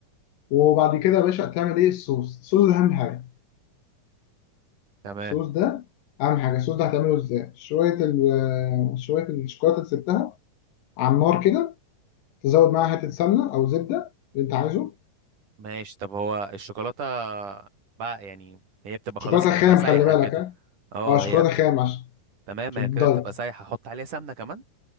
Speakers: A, on the left (about 85°); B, on the right (about 65°).
A: وبعد كده يا باشا هتعمل ايه الصوص الصوص ده اهم حاجه
B: تمام
A: الصوص ده اهم حاجه الصوص ده هتعمله ازاي شويه ال آه، شويه الشوكولاته اللي سبتها على النار كده تزود معاها حته سمنه او زبده اللي انت عايزه
B: ماشي طب هو الشوكولاتة بقى يعني هي بتبقى
A: شوكولاته
B: خلاص بتبقى
A: خام
B: سايحة
A: خلي بالك
B: كده
A: ها
B: اه
A: اه شوكولاته
B: هي بتبقى
A: خام عشان
B: تمام
A: عشان
B: هي
A: الدايت
B: كده بتبقى سايحة حط عليها سمنة كمان